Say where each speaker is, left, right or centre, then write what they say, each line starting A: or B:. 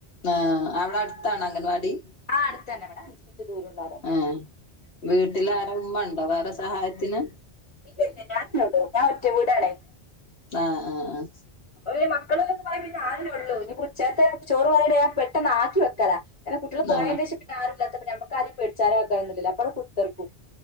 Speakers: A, on the left; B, on the left.
A: ആഹ് അവിടെ അടുത്താണൊ അംഗൻവാടി
B: ആഹ് അടുത്തന്നെ ഇവടെ അഞ്ച് മിനിറ്റ് ദൂരൊള്ളു
A: ഏഹ് വീട്ടിലാര ഉമ്മണ്ടോ വേറെ സഹായത്തിന്
B: ഇല്ലല്ല ഞാനെന്നെ ഒള്ളൂ ഞാൻ ഒറ്റ വീടാണെ
A: ആഹ ആഹ ആഹ
B: അപ്പൊ പിന്നെ മക്കള്ക്കൊക്കെ പോയാ പിന്നെ ഞാന് അല്ലെ ഉള്ളൂ ഇനി ഉച്ചേര്ത്തെ ചോറ് പോയാണ്ട് ഞാന് പെട്ടെന്ന് ആക്കി വെക്കലാ പിന്നെ കുട്ട്യേൾ പോയേന്റെശം
A: ആ
B: പിന്നെ ആരും ഇല്ലാത്തപ്പം ഞമക്ക് ആരേം പേടിച്ചാനും ആക്കാനൊന്നുംല്ലല്ലോ അപ്പൊ അവിടെ കുത്തർക്കും